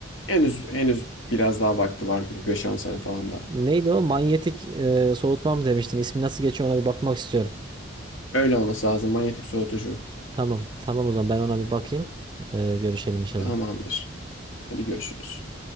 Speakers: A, on the left; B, on the right.
A: henüz henüz biraz daha vakti var gibi beş on sene falan da.
B: Neydi o? Manyetik e, soğutma mı demiştin? İsmi nasıl geçiyor ona bir bakmak istiyorum.
A: Öyle olması lazım manyetik soğutucu.
B: Tamam. Tamam o zaman ben ona bir bakayım. E, görüşelim inşallah.
A: Tamamdır. Hadi görüşürüz.